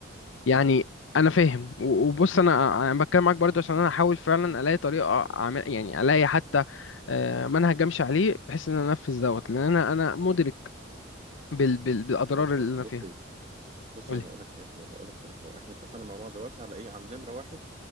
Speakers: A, on the left; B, on the right.
A: يعني انا فاهم و- وبص انا انا بتكلم معاك برضو عشان انا احاول فعلا الاقي طريقه اعمل يعني الاقي حتى أه، منهج امشي عليه بحيث ان انا انفذ دوت لان انا انا مدرك بال بال بالاضرار
B: طيب بص
A: اللي انا
B: بص
A: فيها
B: بص
A: قولي
B: انا هقول لك حاجة حلوة هقول لك حاجة حلوة احنا اتفقنا مع بعض دلوقتي على ايه على نمرة واحد